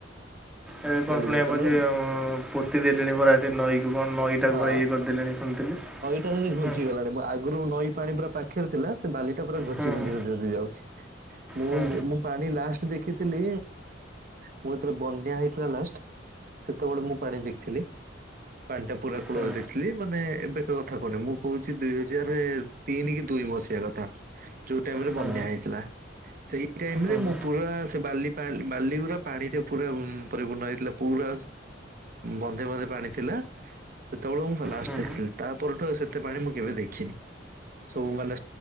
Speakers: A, in the centre; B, on the right.
A: ଏବେ କଣ
B: ବାଲିଯାତ୍ରା
A: ଶୁଣିବାକୁ
B: ମାନେ
A: ପାଉଛି, ପୋତି ଦେଲିଣି ପରା ସେ ନଈକୁ। କଣ ନଈ କୁୁ
B: ହଁ।
A: ପୁରା ଇଏ କରିଦେଲିଣି ଶୁଣିଥିଲି।
B: <unintelligible> ଘୁଞ୍ଚି
A: ହୁଁ
B: ଗଲାଣିଁ ଆଗରୁ ନଈ ପାଣି ପୁରା ପାଖରେ ଥିଲା, ସେ ବାଲିଟା ପୁରା ଘୁଞ୍ଚି
A: ହୁଁ ହୁଁ
B: ଘୁଞ୍ଚି ଘୁଞ୍ଚି ଯାଉଛି। ମୁଁ
A: ହୁଁ
B: -ମୁଁ ପାଣି ଲାଷ୍ଟ ଦେଖିଥିଲି, ମୋ ଯେତେବେଳେ ବନ୍ୟା ହେଇଥିଲା ଲାଷ୍ଟ। ସେତେବେଳେ ମୁଁ ପାଣି ଦେଖିଥିଲି, ପାଣି ଟା ପୁରା କୂଳରେ
A: ହୁଁ
B: ଦେଖ ଥିଲି ମାନେ ଏବେକା କଥା କହୁନି, ମୁଁ କହୁଛି ଦୁଇ ହଜାର ତିନି କି ଦୁଇ ମସିହା କଥା। ଯୋଉ ଟାଇମ୍ ରେ
A: ହୁଁ
B: ବନ୍ୟା ହେଇଥିଲା। ସେଇ ଟାଇମ୍
A: ହୁଁ
B: ରେ, ମୁଁ ପୁରା ସେ ବାଲି ବାଲିଗୁରା ପାଣିରେ ପୁରା ପରିପୂର୍ଣ୍ଣ ହେଇଥିଲା। ପୁରା ବନ୍ଧେ ବନ୍ଧେ ପାଣି ଥିଲା। ସେତେବେଳେ ମୁଁ ଲାଷ୍ଟ
A: ହୁଁ ହୁଁ
B: ଦେଖିଥିଲି, ତା ପରଠୁ ସେତେ ପାଣି ମୁଁ କେବେ ଦେଖିନି। ସବୁ ମାନେ